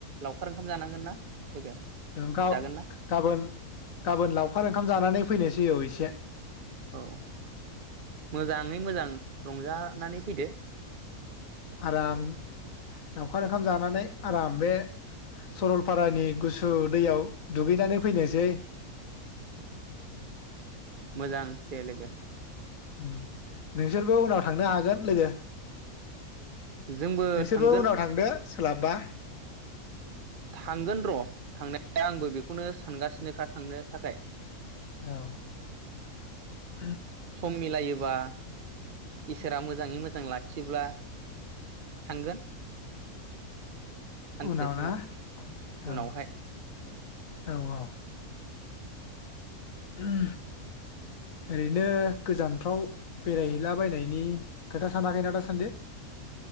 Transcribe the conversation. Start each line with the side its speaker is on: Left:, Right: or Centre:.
Right: लावखार ओंखाम जानांगोन ना लोगो
Left: गाव-गाबोन
Right: जागोन ना
Left: गाबोन लावखार ओंखाम जानानै फैनोसै जिउआव इसे
Right: औ, मोजाङै मोजां रंजा नानै फैदो
Left: आराम लावखार ओंखाम जानानै आराम बे सरलपारानि गुसु दैयाव दुगैनानै फैनोसै।
Right: मोजां दे लोगो
Left: उम नोंसोरबो उनाव थांनो हागोन लोगो।
Right: जोंबो
Left: नोंसोरबो
Right: थांगोन
Left: उनाव थांदो। सोलाबबा।
Right: थांगोन र' थांनाय आंबो बेखौ। बेखौनो सानगासिनोखा थांनो थाखाय।
Left: औ।
Right: सम मिलायो बा इसोरा मोजाङै मोजां लाखियोब्ला थांगोन। सानसे
Left: उनाव
Right: समाव
Left: ना औ
Right: उनावहाय
Left: औ औ उ। ओरैनो गोजानफ्राव बेरायहैलाबायनायनि खोथा सानाखैना दासान्दि?